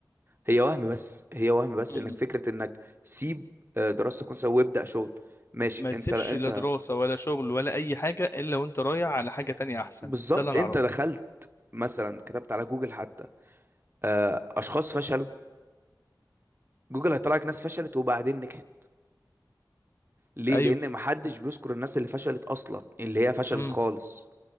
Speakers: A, on the right; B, on the left.
A: هي وهم بس هي وهم بس
B: مم.
A: انك فكرة انك سيب آه، دراستك مثلا وابدأ شغل ماشي
B: ما
A: انت
B: تسيبش
A: انت
B: لا دراسة ولا شغل ولا أي حاجة إلا وأنت رايح على حاجة تانية أحسن
A: بالظبط
B: ده اللي أنا
A: انت
B: أعرفه
A: دخلت مثلا كتبت على جوجل حتى آه، اشخاص فشلوا جوجل هيطلع لك ناس فشلت وبعدين نجحت ليه
B: ايوه
A: لان محدش بيذكر الناس اللي فشلت اصلا اللي هي فشلت
B: امم
A: خالص